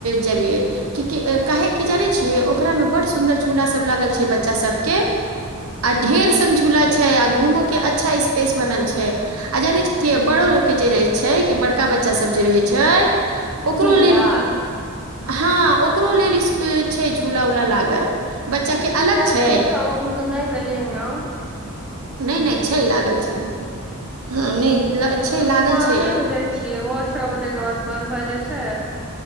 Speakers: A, on the right; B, in the centre.
A: जबियए के के काहे की जानै छियै ओकरा मे बड सुन्दर झूला सब लागल छै बच्चा सबके आ ढेर संझुला छै आ घूमो के अच्छा स्पेस बनल छै आ जानै छ बड़ो लोग के जे रहे छै कि बड़का बच्चा सब जे रहे छै ओकरो
B: जिम
A: लेल
B: यार
A: हँ ओकरो लेल छै झूला उला लागल बच्चा के अलग
B: ब
A: छै
B: देखा हम तऽ नहि गलिय ने
A: नहि नहि छै लागल छै हँ नहि ल- छै
B: हमऽ
A: लागल
B: पुरानेमे
A: छै
B: जाइ छियै ओहो छओ बजेके बाद बन्द भए जाइ छै